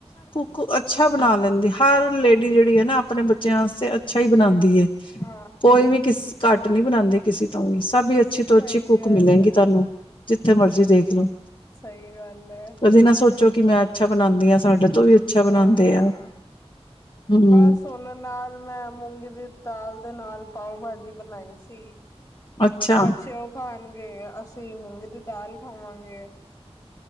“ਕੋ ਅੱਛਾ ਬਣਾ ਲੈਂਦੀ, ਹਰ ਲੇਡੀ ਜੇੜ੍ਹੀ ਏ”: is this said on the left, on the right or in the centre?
Left